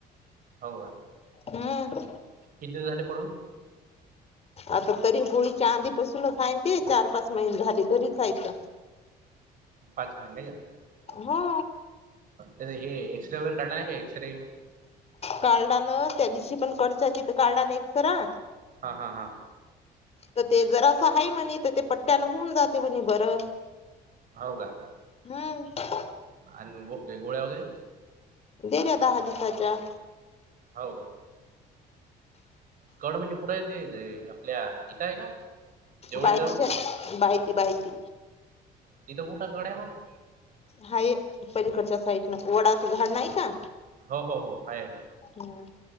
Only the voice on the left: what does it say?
हम्म
आता तरी होळीच्या आधीपसूनच हाय ते, चार पाच महिने झाले घरीच हायत.
हा.
कालडाान त्या दिवशी पण कडच तिथं कालडन एकसरा
तर ते जरा असं आहे म्हणे, तर ते पट्ट्यान होऊन जाते म्हणे बरं.
हम्म!
दिले दहा दिसाच्या
बायतीच्या
बायती बायती
हाय, पलीकडच्या साईटनं वडाच झाड नाही का?
हम्म.